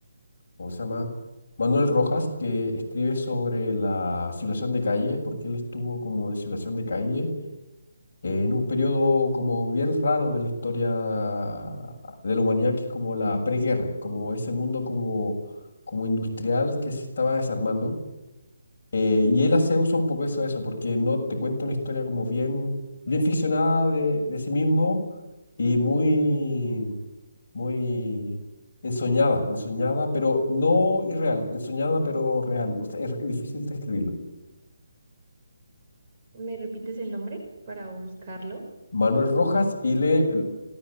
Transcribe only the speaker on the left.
¿cómo se llama? Manuel Rojas, que escribe sobre la situación de calle, porque él estuvo como en situación de calle eh, en un periodo como bien raro de la historia de la humanidad, que es como la preguerra, como ese mundo como, como industrial que se estaba desarmando. Eh, y él hace uso un poco de eso, de eso, porque no te cuenta una historia como bien, bien ficcionada de, de sí mismo y muy muy ensoñada, ensoñada, pero no irreal, ensoñada pero real. O sea, es, es difícil describirlo.
Manuel Rojas y le el